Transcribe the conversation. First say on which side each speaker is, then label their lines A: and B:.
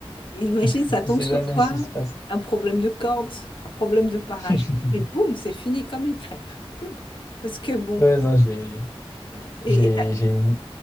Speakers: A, on the left; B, on the left.
A: Imagine,
B: <laughs>
A: ça tombe
B: on sait
A: sur
B: jamais
A: toi,
B: ce qui se passe.
A: un problème de corde, un problème de parachute,
B: <laughs>
A: et boum, c'est fini comme une crêpe. Boum. Parce que bon...
B: Ouais, non, j'ai,
A: euh, Et
B: j'ai,
A: et
B: j'ai... une-